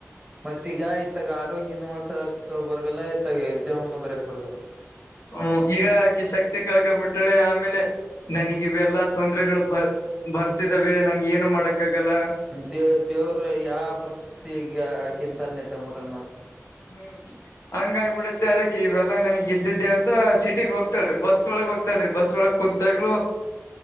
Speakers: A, in the centre; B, on the left (about 70°).
A: ಮತ್ತೀಗ ಇತ್ತಾಗ ಆರೋಗ್ಯನ ಉಳ್ಸಾಕ ಬರ್ಗಲ್ಲ ಇತ್ತಾಗ ಎಕ್ಸಾಮುನ್ನೂ ಬರಿಯಕ್ ಬರಗಲ್ಲ.
B: ಹ್ಮ ಈಗ ಆಕೆ ಶಕ್ತಿ ಕಳಕಬಿಟ್ಟಳೆ ಆಮೇಲೆ ನನಗ ಇವೆಲ್ಲಾ ತೊಂದರೆಗಳು ಪ ಬರ್ತಿದ್ದವೆ ನನಗೇನು ಮಾಡಕ್ಕಗಲ್ಲ.
A: ದೇ ದೇವ್ರು ಯಾವ ಪರಿಸ್ಥಿತಿಗಗಿಂತ ನೆಟ್ಟ್ಬಿಂಟನ್ ನೋಡು.
B: ಹ್ಮ್ ಹಂಗಾಗಿಬಿಡತ್ತೆ ಅದಕ್ಕೆ ಇವೆಲ್ಲಾ ನನಗ್ ಇದ್ದಿದ್ದೆ ಅಂತ ಸಿಟಿಗೆ ಹೋಗ್ ತ ಬಸ್ ಒಳಗ್ ಹೋಗ್ತಾಳ್ರಿ ಬಸ್ ಒಳ ಕುಂತಗ್ಲು